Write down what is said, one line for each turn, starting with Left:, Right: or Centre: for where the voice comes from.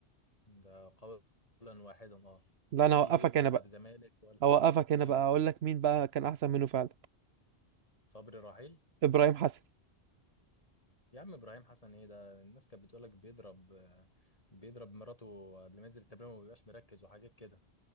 Left: ده قولا واحدا اه
Right: لا
Left: ده
Right: انا
Left: في
Right: هوقفك
Left: جيف
Right: هنا
Left: لا
Right: بقى
Left: بزمالك ولا
Right: هوقفك هنا
Left: ايه
Right: بقى اقول لك مين بقى كان احسن منه فعلا
Left: صبري رحيل
Right: ابراهيم حسن
Left: يا عم ابراهيم حسن ايه ده الناس كانت بتقولك بيضرب آه، بيضرب مراته قبل ما ينزل التمرين وما بيبقاش مركز وحاجات كده